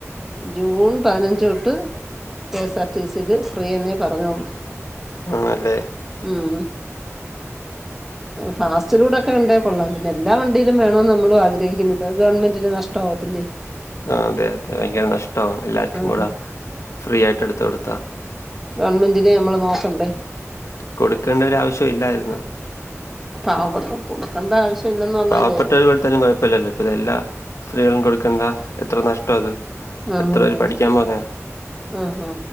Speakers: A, in the centre; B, on the left (about 70°).
A: ജൂൺ പതിനഞ്ച് തൊട്ട് കെ എസ് ആർ ടി സീല് ഫ്രീ എന്നേ പറഞ്ഞോള്ളൂ.
B: ആണല്ലേ
A: ഉം ഫാസ്റ്റ് ഫുഡൊക്കെ ഉണ്ടേ കൊള്ളാം. പിന്നെ എല്ലാ വണ്ടിയിലും വേണോന്ന് നമ്മളും ആഗ്രഹിക്കുന്നില്ല ഗവൺമെന്റന് നഷ് ട്ടോത്ത് ല്ല്
B: ആ അതെ അതെ ഭയങ്കര നഷ്ടം എല്ലാർക്കും
A: ഉം
B: കൂടെ ഫ്രീ ആയിട്ട് എടുത്ത കൊടുത്താ
A: ഗവൺമെന്റിനെ നമ്മള് നോക്കെണ്ടേ
B: കൊടുക്കേണ്ട ഒര ആവശ്യം ഇല്ലായിരുന്നു.
A: <unintelligible> കൊടുക്കേണ്ട ആവശ്യം ഇല്ലന്ന് പറഞ്ഞാലേ
B: പാവപ്പെട്ടവർ കൊടുത്താലും കുഴപ്പമില്ലല്ലോ അപ്പ ഇതെല്ലാ സ്ത്രീകളും കൊടുക്കേണ്ട എത്ര നഷ്ട അത്
A: ആഹ്
B: എത്ര പേര് പഠിക്കാൻ പറയാ
A: ആഹ് ആഹ്